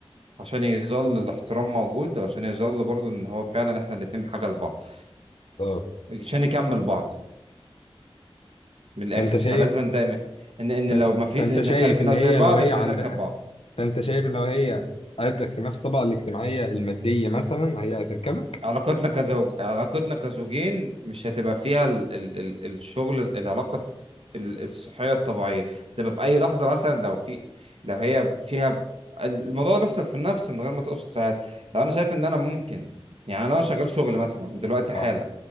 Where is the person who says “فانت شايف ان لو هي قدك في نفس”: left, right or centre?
Left